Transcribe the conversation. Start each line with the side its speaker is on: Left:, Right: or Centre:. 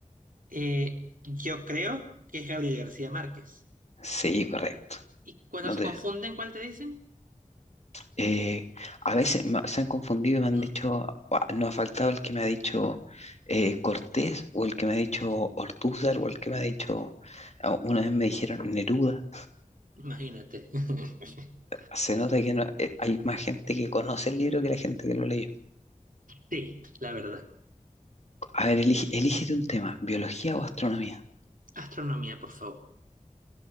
Right: eh, yo creo que es Gabriel García Márquez.
Left: Sí, correcto.
Right: ¿Y cuando
Left: No
Right: se
Left: te,
Right: confunden, cuál te dicen?
Left: Eh, a veces me- se han confundido y me han
Right: <clears throat>
Left: dicho, "Guau, no ha faltado el que me ha dicho eh, Cortés o el que me ha dicho Ortúzar o el que me ha dicho, a- una vez me dijeron Neruda.
Right: Mm, Imagínate. <laughs>
Left: Se nota que no- eh, hay más gente que conoce el libro que la gente que lo leyó.
Right: Sí, la verdad.
Left: A ver, elige, elígete un tema, biología o astronomía.
Right: Astronomía, por favor.